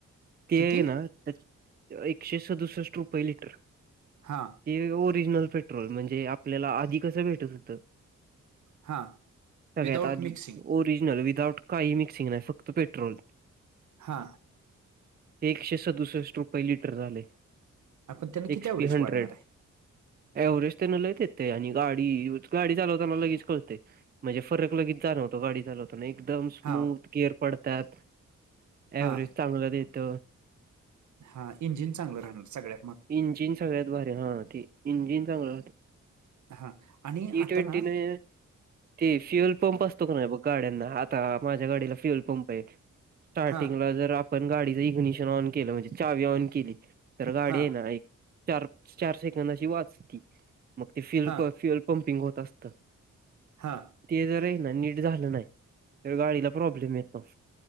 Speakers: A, on the right (about 30°); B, on the right (about 70°).
A: ते
B: किती
A: आहे ना. एकशे सदुसष्ट रुपये लिटर.
B: हा.
A: ते ओरिजिनल पेट्रोल म्हणजे आपल्याला आधी कसं भेटत होतं.
B: हा
A: शगयताी
B: विदाउट मिक्सिंग
A: ओरिजनल विदाउट. काही मिक्सिंग नाही फक्त पेट्रोल.
B: हा.
A: एकशे सदुसष्ट रुपये लिटर झाले
B: आपण त्यांना किती
A: एक्सपी
B: ॲव्हरेज
A: हंड्रेड.
B: वाढणार आहे
A: एव्हरेज त्यांना लय देते आणि गाडी गाडी चालवताना लगेच कळते. म्हणजे फरक लगेच जाणवतो गाडी चाल. पण एकदम स्मूथ
B: हा
A: केअर पडतात
B: हा
A: एवरेज चांगलं देत..
B: हा इंजिन चांगलं राहणार सगळ्या.
A: इंजिन सगळ्यात भारी हा ते इंजिन. <unintelligible>
B: हा आणि
A: टी
B: आता
A: ट्वेंटी
B: ना
A: ने <unintelligible> ते फुल फॉर्म असतो ना. गाड्यांना आता माझ्या गाडीला फ्युल पंप आहे स्टार्टिंगला
B: हा
A: जर. पण गाडीच इग्निशन ऑन केलं म्हणजे चावी ऑन केली तर गाडी
B: हा
A: आहे ना ऐक. चार चार सेकंद अशी वाचती मग ते फ्युल
B: हा
A: फ्युल पंपिंग होत असत..
B: हां..
A: ते जर आहे ना नीट झालं नाही तर गाडीला प्रॉब्लेम येतो.